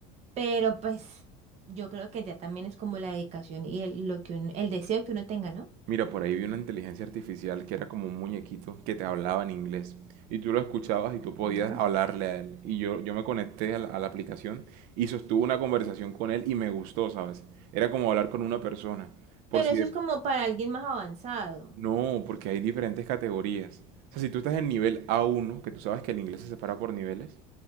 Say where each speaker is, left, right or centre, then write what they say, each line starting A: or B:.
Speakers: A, on the right; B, on the right.
A: Pero pues yo creo que ya también es como la dedicación y el, lo que uno- el deseo que uno tenga, ¿no?
B: Mira, por ahí vi una inteligencia artificial que era como un muñequito que te hablaba en inglés y tú lo escuchabas y tú podías
A: Ujú.
B: hablarle a él. Y yo, yo me conecté a la, a la aplicación y sostuve una conversación con él y me gustó, ¿sabes? Era como hablar con una persona. Por
A: Pero
B: si
A: eso
B: de-
A: es como para alguien más avanzado.
B: No, porque hay diferentes categorías. O sea, si tú estás en nivel A1, que tú sabes que el inglés se separa por niveles,